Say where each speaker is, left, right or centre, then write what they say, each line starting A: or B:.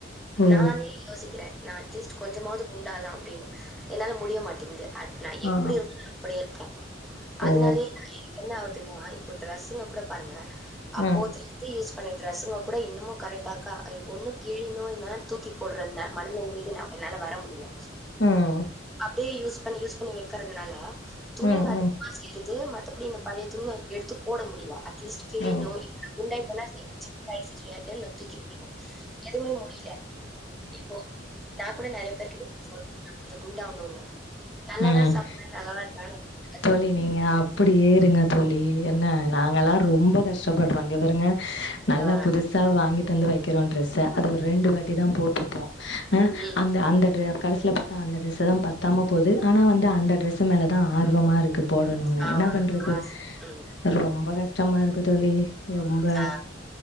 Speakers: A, on the left; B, in the centre.
A: ஓ
B: நானே யோசிக்கிறே நா அட்லீஸ்ட் கொஞ்சமாவ்து குண்டாலா அப்டின்னு என்னால முடிய மாட்டிங்குது அட் நா எப்டிருந்தனோ
A: ஆ
B: அப்டியேருக்கே அத்னாலேயே
A: ஓ
B: <inaudible> என்ன ஆவுத் த்ங்னா இப்போ ட்ரெஸ்ஸுங்க கூட பாருங்க அப்போதுலே
A: ம்
B: இருந்து யூஸ் இப்ப நி டிரஷ்ங்கோ கூட இன்னமும் கரெக்டா இருக்கா அ ஒன்னு கிழியான்னு இல்லனா தூக்கி போடுற ந மனநிலைமைக்கு ந என்னால வர முடியல
A: உம்
B: ப்டே யூஸ் பண்ணி யூஸ் பண்ணி வெக்கிறதுனால துணிங்க
A: ம்
B: அதிகமா
A: ம்
B: சேருது த்தே மத்தபடி இந்த பழைய துணிகள எடுத்து போட முடியலா அட்லீஸ்ட் கிழியான்னு
A: ம்
B: <inaudible> குண்டாய்டானா <inaudible> டைட் ஸ்டிச்சிங் <unintelligible> நா தூக்கி போட்டே எதுவுமே முடியில இப்போ நா கூட நெறைய பேர் கிட்ட சொல் கொஞ்ச குண்டா அவனும்னு நல்லாதா
A: ம் ம்
B: சாப்பிட நல்லாதா <unintelligible>
A: தோழி நீங்க அப்டி ஏறுங்க தோழி என்ன நாங்கல்லா ரொம்ப சொல்லலடறங்க இங்க பாருங்க நல்லா
B: ஆ
A: புதுசா வாங்கிட்டு வந்து வெக்கிறோ டிரஸ அதா ஒரு ரெண்டு வாட்டி தா போட்டிருப்போ ஆஹ்
B: ம், ம்.
A: அந்த அந்த கடைசில பா தா அந்த டிரெஸ்தா பத்தாம போது ஆனா வந்து அந்த டிரஸ்மேலதா ஆர் வ்வமா இருக்கு போடணும்னே
B: ஆ
A: என்ன பண்றது
B: ஆ சரி ம்
A: ரொம்ப கஷ்டமா இருக்கு தோழி ரொம்ப
B: ஆ